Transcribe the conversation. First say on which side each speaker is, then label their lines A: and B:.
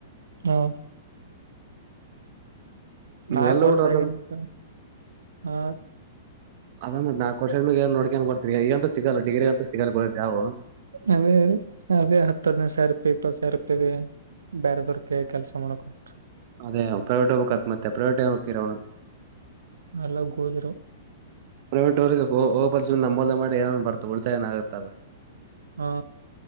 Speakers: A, on the right; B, on the right.
A: ಹೌ
B: ನೀವ್
A: ನಾಲ್ಕು
B: ಎಲ್ಲ
A: ವರ್ಷ
B: ಹುಡ್ರ ಅದ
A: ಆಗಂತ ಹಾ
B: ಅದತ್ ನಾ ಕೋರ್ಷದಏ ನೋಡ್ಕೊಂಡ ಕೊಡ್ತೀವಿ ಈಗ ಅಂತ ಸಿಗಲ್ಲ ಡಿ್ರಿ ಅಂತ ಸಿಗಲ್ಲಾವವು
A: ಅದೇ ಅದೇ ಹತ್ತು ಹದ್ ನೈದು ಸಾವಿರ ರಪಿ ಇಪ್ಪತ್ತು ಸಾವಿರ ರೂಪಿದೆ ಬೇರೆದವರ್ಕ ಕೆಲ್ಸ ಮಾಡಕಂ
B: ಅದೇ ಪ್ರೈವೇಟ್ ಹೋಗಬೇಕಕ್ತ್ತ್ತೆ ಪ್ರೈವಟ್ ಹೋಗಿರ ಅವನು
A: ಎಲ್ಲ ಗೋದರು
B: ಪ್ರೈವೇಟ್ವ್ರರಿಗೆ ಹೋಗಲ್ಸ ನಂಬೋದ ಮಾಡಿ ಏನನ್ ಬರ್ತಾ ಉಳಿತಾಏ ಆತ್ತದ
A: ಹ